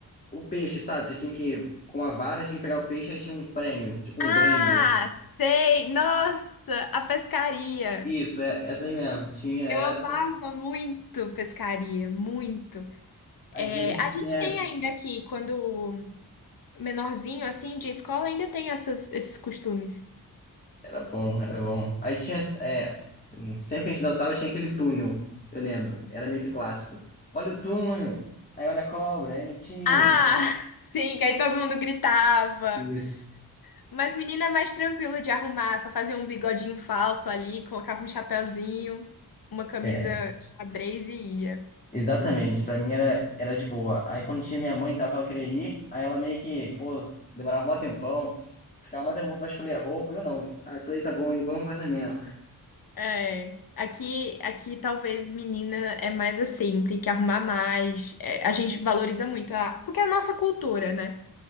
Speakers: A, on the left; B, on the left.
A: o peixe, sabe? Você tinha que, com a vara, tinha que pegar o peixe, aí tinha um prêmio, tipo um
B: Ah,
A: brinde.
B: sei! Nossa, a pescaria.
A: Isso, é essa daí mesmo. Tinha essa.
B: Eu amava muito pescaria, muito.
A: Às
B: É,
A: vezes
B: a
A: tinha
B: gente tem ainda aqui, quando menorzinho, assim, de escola, ainda tem essas- esses costumes.
A: Era bom, era bom. Aí tinha, é, sempre que a gente dançava tinha aquele túnel, eu lembro. Era meio que clássico. Olha o túnel, aí olha a cobra, é mentira.
B: Ah, <laughs> sim, que aí todo mundo gritava.
A: Isso.
B: Mas menina é mais tranquilo de arrumar, só fazia um bigodinho falso ali, colocava um chapéuzinho, uma camisa
A: É,
B: xadrez e ia.
A: exatamente. Pra mim era, era de boa. Aí quando tinha minha mãe e tal, que ela queria ir, aí ela meio que, pô, demorava mó tempão, ficava mó tempão pra escolher a roupa, eu não. Ah, isso aí tá bom aí, vamos fazer mesmo.
B: É, aqui, aqui talvez menina é mais assim, tem que arrumar mais. É, a gente valoriza muito a, porque é a nossa cultura, né?